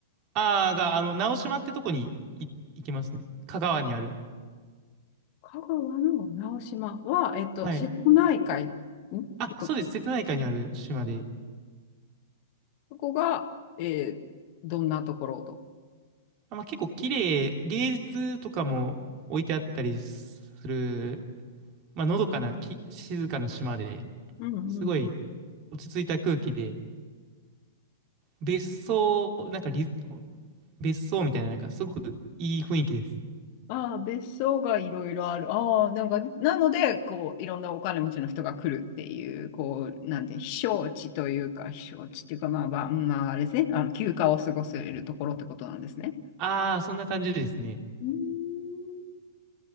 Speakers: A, on the right; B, on the left.
A: あーが、あの、直島ってとこにい行きますね。香川にある。
B: 香川の直島は、えっと、
A: はい。
B: 瀬戸内海んってことで、
A: あ、そうです。瀬戸内海にある島で。
B: そこが、えーどんなところと。
A: あ、まあ、結構綺麗、芸術とかも置いてあったりする、まあ、のどかな、き、静かな島で、
B: うん
A: すごい
B: うん
A: 落ち着いた空気で、別荘、なんかリ、別荘みたいな、なんかすごくいい雰囲気です。
B: ああ、別荘がいろいろある。ああ、なんか、なので、こう、いろんなお金持ちの人が来るっていう、こう、なんて、避暑地というか、避暑地っていうか、まあまあ、まあ、あれですね、あの、休暇を過ごせるところってことなんですね。
A: ああ、そんな感じですね。
B: うーん